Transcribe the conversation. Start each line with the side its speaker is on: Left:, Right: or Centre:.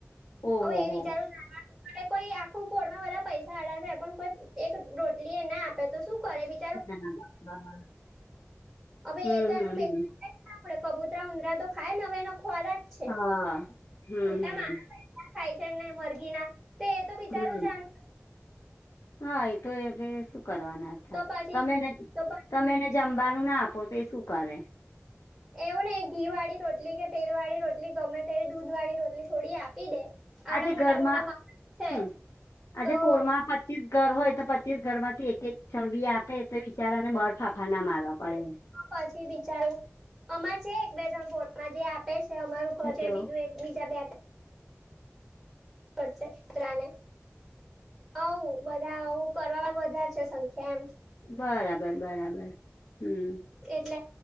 Left: ઓહો
Centre: હવે એ
Left: હો.
Centre: વિચારું ચાલ. અરે કોઈ આખું પોળમાં બધા પૈસા અડા થાય. પણ કોઈ એક રોટલી એ ના આપે તો શું કરે બીજું?
Left: <inaudible>
Centre: હવે
Left: હમ
Centre: એ તો એનું પેડે
Left: હમ
Centre: કબૂતરા ઉંદરા તો ખાય ને હવે એ ખ્વારા. છે.
Left: હા. હમ
Centre: મોટા
Left: હમ
Centre: માણ ખાય છે ને મરઘી ના. તે એ તો બિચારું
Left: હમ
Centre: જાણ.
Left: હા એ તો એ ભ શું કરવાના હતા
Centre: તો પછી
Left: તમે.
Centre: તો
Left: તમે એને જમવાનું ના આપો. તો શું કરે?
Centre: એવું ને ઘી વાળી રોટલી, કે તેલ વાળી રોટલી, ગમે તેવી દૂધ વાળી રોટલી છોડી આપ. કઈ દે આવડા
Left: આજે
Centre: મોટા
Left: ઘરમાં
Centre: મોટા બા છે
Left: હમ આજે
Centre: તો.
Left: પોળમાં પચીસ ઘર હોય તો, પચીસ ઘર માંથી એક એક છણબી આપે તો બિચારાને બરફાફા ના મારવા પડે.
Centre: પછી બિચારું. અમાર છે એક બે જણ પોર જે. પ છે અર ઘર છે.
Left: હલો
Centre: બીજું એક બીજા બે. <unintelligible> હ બધાું કરવાવામાં વધારે છે સંખ્યા એમ.
Left: બરાબર બરાબર હમ!
Centre: એટલે.